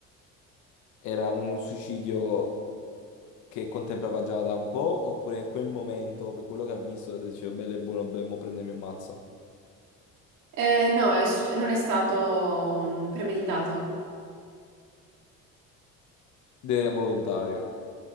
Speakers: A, on the left; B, on the right.
A: Era un suicidio che contemplava già da un po', oppure in quel momento, per quello che ha visto, diceva bello e buono, beh, mo prendo e mi ammazza.
B: Eh, no, è succe- non è stato mm, premeditato.
A: Ed era volontario.